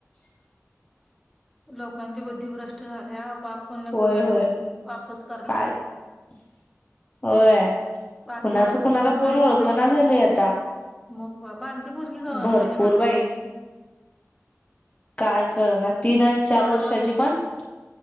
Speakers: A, on the left; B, in the centre.
A: <inaudible>
B: <inaudible> लोकांची बुद्धिभ्रष्ट झाल्या बाप पुण्य
A: होय
B: कळण
A: होय
B: झालंय पापच करलेत
A: काय
B: सगळे.
A: <inaudible> होय, <inaudible>
B: बारक्या
A: कुणाच
B: बारक्या
A: कुणाला
B: पोरींच
A: कोण
B: ऐका
A: ओळखना
B: नाहीसा
A: झालंय आता
B: मग
A: <inaudible>
B: बारकी पोरगी कळना
A: भरपूर
B: झाल्या माणसासनी
A: बाई <inaudible> काय कळणार, तीन आणि चार
B: परवा
A: वर्षांची पण, <inaudible>